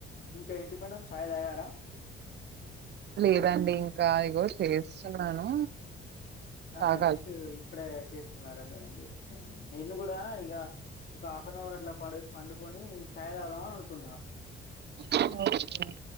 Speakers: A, on the left; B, on the right.
A: ఇంకా ఏంటి మేడం చాయ్ తాగారా
B: లేదండి ఇంకా ఇగో చేస్తున్నాను
A: ఆహా
B: తాగాలి.
A: జస్ట్ ఇప్పుడే చేస్తున్నారా మేడం మీరు ఊ నేన్ కూడా ఇగ ఒక హాఫ్ అన్ అవర్ అట్లా పడి పండుకొని ఛాయ్ తాగుదాం అని అనుకున్న
B: హ్మ్